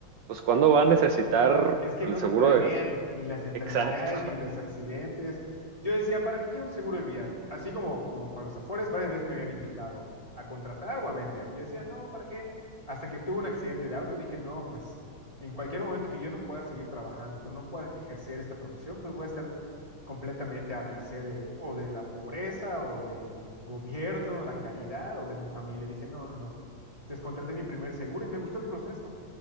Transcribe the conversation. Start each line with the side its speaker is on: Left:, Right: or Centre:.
Right: pues cuándo va a necesitar
Left: Es que
Right: el
Left: no
Right: seguro
Left: se planean
Right: de gasto.
Left: ni las enfermedades
Right: Exacto,
Left: ni
Right: <laughs>
Left: los accidentes. Yo decía, ¿para qué quiero un seguro de vida? Así como, como para los Afores, varias veces me habían invitado a contratar o a vender. Yo decía, no, ¿para qué? Hasta que tuve un accidente de auto, dije, no, pues en cualquier momento que yo no pueda seguir trabajando, que no pueda ejercer esta profesión, pues voy a estar completamente a merced de, o de la pobreza o del gobierno, la caridad o de mi familia. Dije, no, no, no. Entonces contraté mi primer seguro y me gustó el proceso.